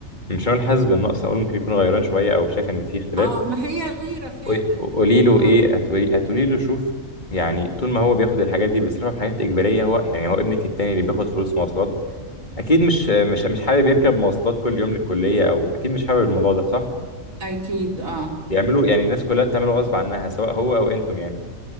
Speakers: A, on the left; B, on the right.
A: مش هقول حاسس بالنقص اقول ممكن يكون غيران شويه او شايف ان في اختلاف
B: آه ما هي غيرة فعلا
A: قولي قولي له
B: آه
A: ايه هتقولي هتقولي له شوف يعني طول ما هو بياخد الحاجات دي بيصرفها في حاجات اجباريه هو يعني هو ابنك التاني اللي بياخد فلوس مواصلات اكيد مش مش مش حابب يركب مواصلات كل يوم للكليه او اكيد مش حابب الموضوع ده صح
B: أكيد آه
A: بيعملوا يعني الناس كلها بتعمله غصب عنها سواء هو او انتم يعني